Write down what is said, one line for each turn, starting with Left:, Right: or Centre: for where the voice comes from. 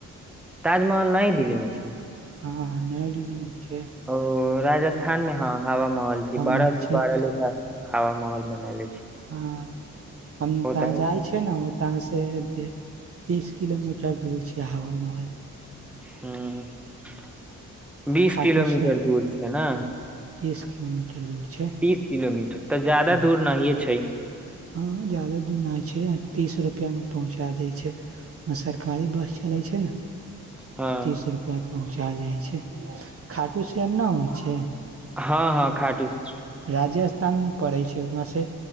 Centre: ताजमहल नई दिल्ली मे छै।
Right: हँ नई डिल्ली मे न छै
Centre: ओ
Right: ता
Centre: राजस्थान मे ह हवा महल छै। बारह
Right: महल छै
Centre: लेखा हवा महल बनेले छै।
Right: हँ हम
Centre: ओतहि
Right: ताऽ जाइ छै न ताँहाँ से तीस किलोमीटर दूर छै। हवामहल।
Centre: हू बीस
Right: खाटूसँ
Centre: किलोमीटर दूर छै न
Right: तीस किलोमी टर्जेंट छै
Centre: तीस किलोमीटर तऽ जायदा
Right: हँ
Centre: दूर नहिये छै
Right: हँ जदा दूर न छै तीस रुपैया मे पहुँचा दै छै सरकारी बस चलै छै न
Centre: हँ
Right: तीस रुपैआ पहुँचा जाइ छै। खाटू श्याम न होइ छै।
Centre: हँ हँ खाटुश्
Right: राजस्थानमे न पड़ै छ वहाँसे